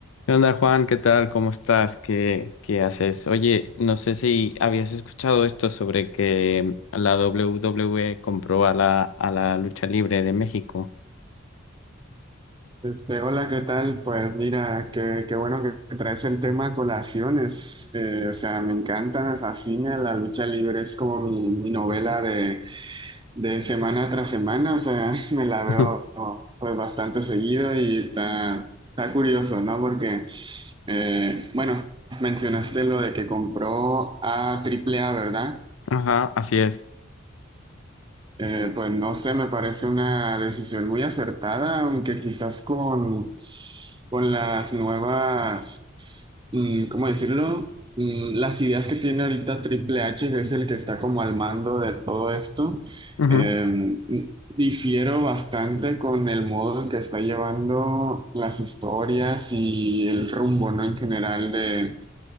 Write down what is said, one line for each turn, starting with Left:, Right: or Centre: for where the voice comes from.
Left: ¿Qué onda, Juan? ¿Qué tal? ¿Cómo estás? ¿Qué, qué haces? Oye, no sé si habías escuchado esto sobre que la WWE compró a la, a la lucha libre de México.
Right: Este, hola, ¿qué tal? Pues mira, qué, qué bueno que traes el tema a colaciones. Eh, o sea, me encanta, me fascina. La lucha libre es como mi, mi novela de, de semana tras semana. O sea, <laughs> me la veo
Left: <laughs>
Right: pues bastante seguido y está, está curioso, ¿no? Porque, eh, bueno, mencionaste lo de que compró a Triple A, ¿verdad?
Left: Ajá, así es.
Right: Eh, pues no sé, me parece una decisión muy acertada, aunque quizás con, con las nuevas mm, ¿cómo decirlo? Mm, las ideas que tiene ahorita Triple H, que es el que está como al mando de todo esto,
Left: Ujú,
Right: em, difiero bastante con el modo en que está llevando las historias y el rumbo, ¿no? En general de,